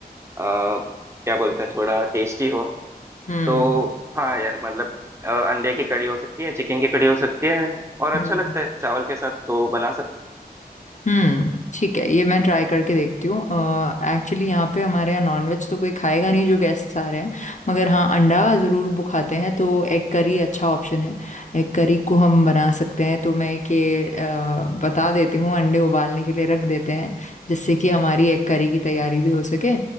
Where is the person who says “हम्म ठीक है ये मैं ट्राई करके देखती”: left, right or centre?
Left